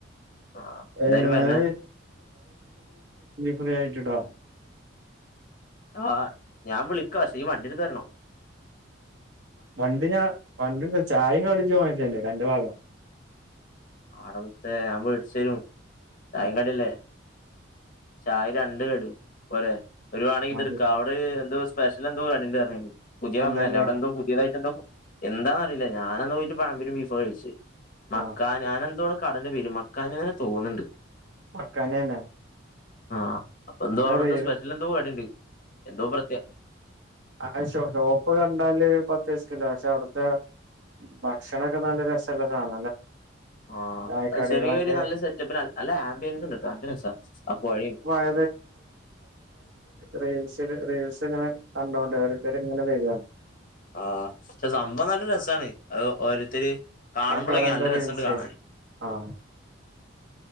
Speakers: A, on the left (about 40°); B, on the right (about 65°).
A: ആഹ്
B: <unintelligible>
A: എന്തായാലും വരണേ
B: ഫ്രീ ആയിട്ട് ട്ടോ
A: ആഹ് ഞാൻ വിളിക്കാം ക്ഷേ ഈ വണ്ടിട്ത്ത് തരണം
B: വണ്ടി ഞാൻ വണ്ടിഇണ്ട് ചായി കടി ഇജ്ജ് വാങ്ങി തെരന്റെരും അന്റെ വ
A: ആടമുത്തെ ഞാൻ വേടിച്ചേരും ചായികടില്ലേ
B: ഉം
A: ചായ രണ്ട് കടിം പോരെ ഒരു വടയും ഇതും
B: മതി
A: എടുക്കാ ഹ് എന്തോ സ്പെഷ്യൽ എന്തോ കടിണ്ട് പറഞ്ഞെന്നു പുതിയ
B: എന്താല്ലേ
A: വന്നേതല്ലേ അവിടെ എന്തോ പുതിയതായിട്ട് എന്തോ എന്താന്ന് അറിയില്ല ഞാനന്ന് പോയിട്ട് പഴമ്പോരി ബീഫ് കഴിച്ച്
B: ആഹ്
A: ആ ഞാനന്തോണ് കടന്റെ പെര് മക്കാന് തോന്ന്ണ്ട്
B: മക്കാനെണ്
A: ആഹ് അപ്പ എന്തോ അവിടെ
B: റീൽ
A: എന്തോ സ്പെഷ്യലെന്തോ കടിണ്ട് എന്തോ പ്ര
B: ആശോ ഷോപ്പ് കണ്ടാല് പത്തയ്സക്കില്ല പക്ഷെ അവിടുത്തെ ഭക്ഷണൊക്കെ നല്ല രസള്ള <unintelligible>
A: ആഹ്
B: ചായക്കടികളൊക്കെ
A: അത് ചെറിയൊരു നല്ല സെറ്റപ്പിന് അല്ല ആമ്പിയൻസ് ഇണ്ട്ട്ടോ നല്ലരസാ അ പോഴീ
B: <unintelligible> <unintelligible> റീൽസ് റീൽസ് ഇങ്ങനെ കണ്ടോണ്ട് ഓരോരുത്തരും ഇങ്ങനെ വരിയാണ്
A: ആഹ് പക്ഷെ സംഭവം നല്ല രസണ് അത് ഓരോരുത്തര് കാണുമ്പോളേക്കേ
B: ആ കടന്റെ
A: നല്ല
B: റീൽസേ
A: രസണ്ട് കാണാൻ
B: ആഹ്